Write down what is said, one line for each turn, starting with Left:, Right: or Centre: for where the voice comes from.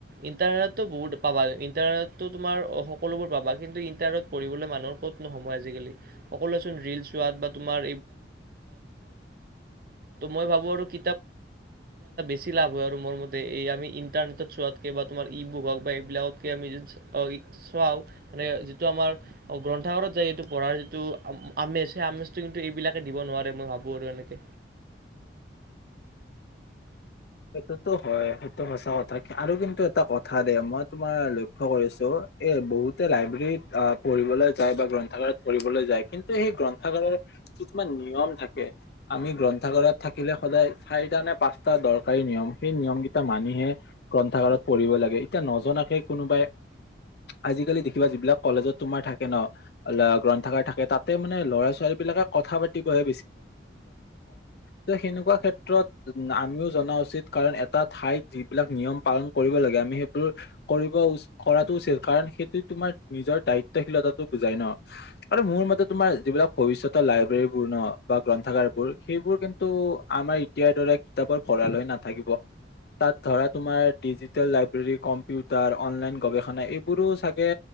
Right: ইণ্টাৰনেটতো বহুত পাবা ইণ্টাৰনেটতো তোমাৰ অ সকলোবোৰ পাবা কিন্তু ইন্টাৰনেতত পঢ়িবলৈ মানুহৰ ক'ত নহ সময় আজিকালি সকলোৱ চোন ৰিল চোৱাত বা তোমাৰ। মই ভ ক বেছি লাভ হয় আৰু মোৰ মতে এই আমি ইণ্টাৰনেটত চোৱাতকে বা তোমাৰ ই বুক হওক বা এইবিলাকতকে আমি। চোৱাও মানে যিটো আমাৰ গ্ৰন্থাগাৰত যায় এইটো পঢ়াৰ যিটো আমেজ সেই আমেজটো। কিন্তু এইবিলাকে দিব নোৱাৰে মই ভাবো আৰু এনেকে।
Left: সেইটোতো হয় সেইটো সঁচা কথা আৰু কিন্তু এটা কথা দে মই তোমাৰ লক্ষ্য কৰিছো এ বহুতে লাইব্ৰেৰীত অহ পঢ়িবলৈ যায় বা গ্ৰন্থাগাৰত পঢ়িবলৈ যায় কিন্তু সেই গ্ৰন্থাগাৰত। কিছুমান নিয়ম থাকে আমি গ্ৰন্থাগাৰত থাকিলে সদায় চাৰিটা নে পাঁচটা দৰকাৰ। চৰকাৰী নিয়ম সেই নিয়ম কেইটা মানিহে গ্ৰন্থাগাৰত পঢ়িব লাগে এতিয়া নজনাকে কোনোবাই আজিকালি দেখিবা যিবিলাক কলেজত তোমাৰ থাকে নহ অ গ্ৰন্থাগাৰ থাকে তাতে মানে ল'ৰা-ছোৱালী। পাতিবে বিমনেুৱা ক্ষেত্ৰত আমিও জনা উচিত কাৰণ এটা ঠাইত যিবিলাক নিয়ম পালন কৰিব লাগে আমি সেইবোৰ কৰিব উ কৰাতো কাৰন সেইটো তোমাৰ নিজৰ দায়িত্বশীলতাটো বুজাই নহ আৰু মোৰ মতে তোমাৰ যিবিলাক। লাইব্ৰেৰী বৰ্ণ বা গ্ৰন্থাগাৰবোৰ সেইবোৰ কিন্তু আমাৰ এতিয়াৰ দৰে কিতাপৰ ভৰা লৈ নাথাকিব তাত ধৰা তোমাৰ ডিজিটেল লাইব্ৰেৰী কম্পিউটাৰ অনলাইন গৱেষণা এইবোৰো চাগে